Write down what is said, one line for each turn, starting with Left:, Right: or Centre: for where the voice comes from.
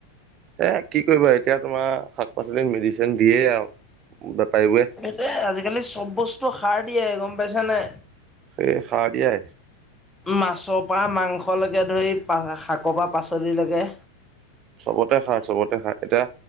Right: এ কি কৰিবা এতিয়া তোমাৰ শাক পাচলিত মেডিচিন দিয়ে আৰু বেপাৰীবোৰে
Centre: স আজিকালি চব বস্তু সাৰ দিয়ে গম পাইছ নে
Right: স সাৰ দাই
Centre: মাছৰ পৰা মাংসলৈকে ধৰি শাকৰ পৰা পাচলিলৈকে
Right: চবতে খাই চবতে খাই এতিয়া